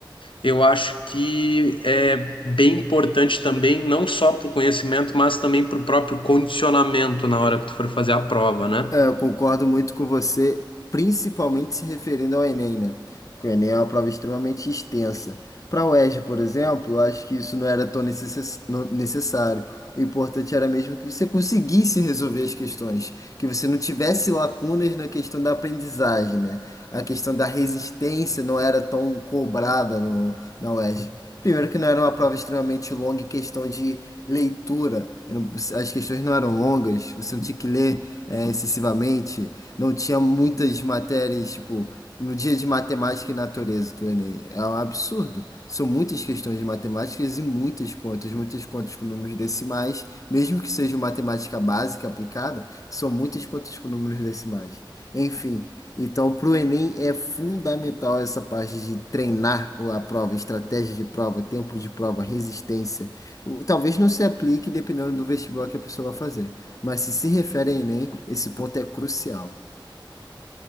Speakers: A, on the left; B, on the left.
A: eu acho que é bem importante também, não só para o conhecimento, mas também para o próprio condicionamento na hora que tu for fazer a prova, né?
B: É, eu concordo muito com você, principalmente se referindo ao Enem, né? Porque o Enem é uma prova extremamente extensa. Para a UERJ, por exemplo, eu acho que isso não era tão necess- não- necessário. O importante era mesmo que você conseguisse resolver as questões, que você não tivesse lacunas na questão da aprendizagem, né? A questão da resistência não era tão cobrada no, na UERJ. Primeiro que não era uma prova extremamente longa em questão de leitura. Eu não- as questões não eram longas, você não tinha que ler é, excessivamente. Não tinha muitas matérias, tipo, no dia de matemática e natureza do Enem. É um absurdo. São muitas questões de matemáticas e muitas contas, muitas contas com números decimais, mesmo que seja matemática básica aplicada, são muitas contas com números decimais. Enfim. Então, para o Enem é fundamental essa parte de treinar o- a prova, estratégia de prova, tempo de prova, resistência. O- Talvez não se aplique dependendo do vestibular que a pessoa vai fazer. Mas se se refere a Enem, esse ponto é crucial.